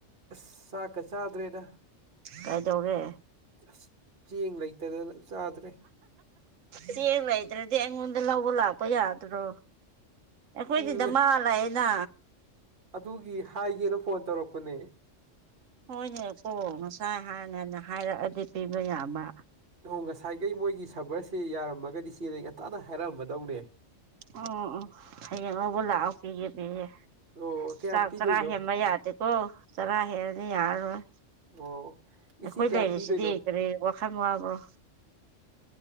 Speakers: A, on the right (about 50°); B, on the right (about 80°).
A: ꯑꯁ ꯆꯥꯛꯀ ꯆꯥꯗ꯭ꯔꯦꯗ
B: ꯀꯥꯏꯗꯧꯔꯦ
A: ꯑꯁ ꯆꯦꯡ ꯂꯩꯇꯗꯅ ꯆꯥꯗ꯭ꯔꯦ
B: ꯁꯤ ꯃꯥꯥꯏ <inaudible> ꯑꯗꯨ ꯑꯩꯉꯣꯟꯗ ꯂꯧꯕ ꯂꯥꯛꯄ ꯌꯥꯗ꯭ꯔꯣ ꯑꯩꯈꯣꯏꯗꯤꯗ
A: ꯎꯝ
B: ꯗꯥꯃꯥ ꯂꯩꯑꯦꯅ
A: ꯑꯗꯨꯒꯤ ꯍꯥꯏꯒꯦꯅ ꯐꯣꯟ ꯇꯧꯔꯛꯄꯅꯦ
B: ꯍꯣꯏꯅꯦꯀꯣ ꯉꯁꯥꯏ ꯍꯥꯏ ꯉꯥꯟꯅ ꯍꯥꯏꯔꯛꯑꯗꯤ ꯄꯤꯕ ꯌꯥꯕ
A: ꯑꯣ ꯉꯁꯥꯏꯈꯩ ꯃꯣꯏꯒꯤ ꯁꯕꯔꯁꯦ ꯌꯥꯔꯝꯃꯒꯗꯤ ꯆꯦꯗ ꯑꯩ ꯉꯟꯇꯥꯅ ꯍꯥꯏꯔꯛꯑꯃꯗꯧꯅꯦ
B: ꯑꯣ ꯑꯣ ꯑꯣ ꯍꯌꯦꯡ ꯂꯥꯎꯕ ꯂꯥꯛꯑꯣ ꯄꯤꯒꯦ ꯄꯤꯒꯦ
A: ꯑꯣ ꯀꯌꯥꯝ
B: ꯆꯥꯛ
A: ꯄꯤꯗꯣꯏꯅꯣ
B: ꯆꯔꯥ ꯍꯦꯟꯕ ꯌꯥ ꯗꯦꯀꯣ ꯆꯔꯥ ꯍꯦꯜꯂꯗꯤ ꯌꯥꯔꯔꯣꯏ
A: ꯑꯣ
B: ꯑꯩꯈꯣꯏ
A: ꯏꯆꯦ ꯀꯌꯥꯝ
B: ꯂꯩꯔꯤꯁꯤꯗꯤ
A: ꯄꯤꯗꯣꯏꯅꯣ
B: ꯀꯔꯤ ꯋꯥꯈꯟ ꯋꯥꯕ꯭ꯔꯣ